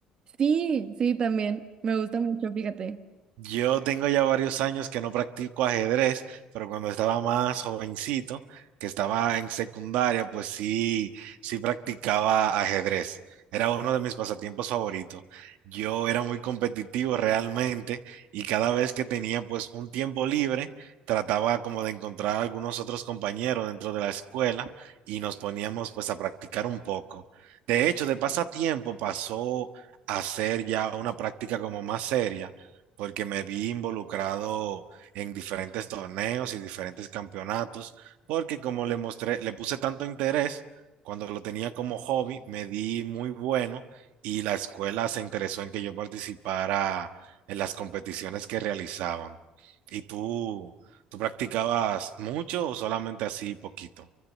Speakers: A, on the right (about 40°); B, on the right (about 80°).
A: Sí, sí, también, me gusta mucho, fíjate.
B: Yo tengo ya varios años que no practico ajedrez, pero cuando estaba más jovencito, que estaba en secundaria, pues sí, sí practicaba ajedrez. Era uno de mis pasatiempos favoritos. Yo era muy competitivo realmente y cada vez que tenía pues un tiempo libre, trataba como de encontrar algunos otros compañeros dentro de la escuela y nos poníamos pues a practicar un poco. De hecho, de pasatiempo pasó a ser ya una práctica como más seria porque me vi involucrado en diferentes torneos y diferentes campeonatos, porque como le mostré, le puse tanto interés, cuando lo tenía como hobby, me di muy bueno y la escuela se interesó en que yo participara en las competiciones que realizaban. ¿Y tú, tú practicabas mucho o solamente así poquito?